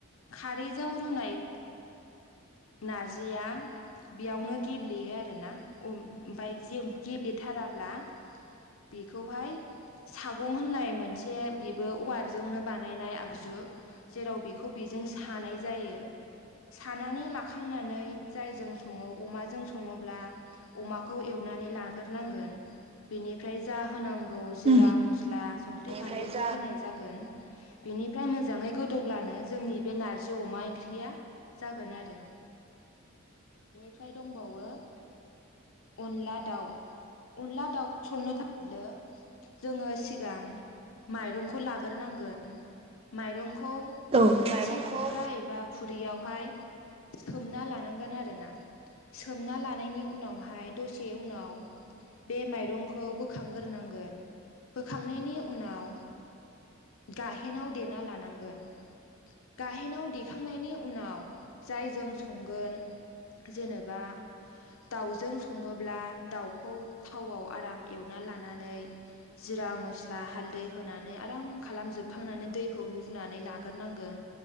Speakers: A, on the left; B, on the right.
A: खारैजों रुनाय नार्जिया बेयावनो गेब्लेयो आरोना। ओमफ्राय जेम गेब्लेथाराब्ला बेखौहाय सा गं होननाय मोनसे बेबो औवाजोंनो बानायनाय आगजु जेराव बेखौ बेजों सानाय जायो। सानानै लाखांनानै जायजों सङो अमाजों सङोब्ला अमाखौ एवनानै लागोरनांगोन बिनिफ्राय जा होनां गौ जिरा,
B: उम
A: म स्ला, संख्रि,
B: औ
A: फानलुखौ होनाय जागोन। मोजाङै जानो गोदौब्लानो जोंनि बे नार्जि अमा ओंख्रिया जागोन आरो। फ्राय दंबावो अनला दाउ अनला दाउ संनो थाखायनो जोङो सिगां माइरंखौ लाग्रोनांगोन माइरंखौ खौ
B: औ औ औ
A: मोनसे थख्रा एबा खुरियाव बेहाय सोमना लानांगोन आरोना सोमना लानायनि उनावहाय दसे उनाव बे माइरंखौ बोखांग्रोनांगोन बोखांनायनि उनाव गा गाहेनाव देना लानांगोन गाहेनाव देखांनायनि उनाव जाय जों संगोन जेनेबा दाउजों सङोब्ला दाउखौ थावआव आराम एवना लानानै जिरा मस्ला हालदै होनानै आराम खालामजोबखांनानै दैखौ लुनानै लाग्रोनांगोन